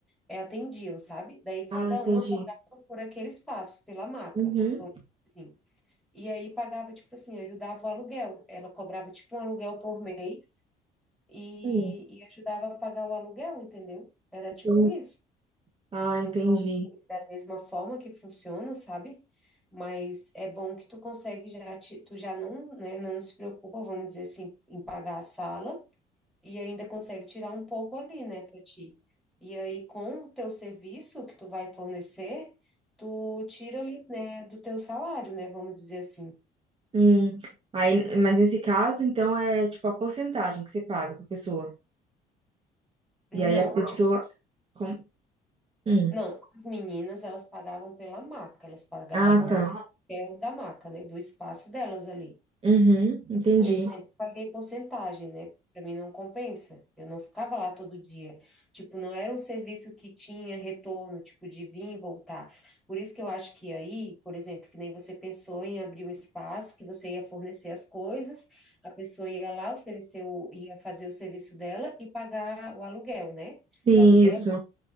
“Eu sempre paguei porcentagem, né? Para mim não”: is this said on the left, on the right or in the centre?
Centre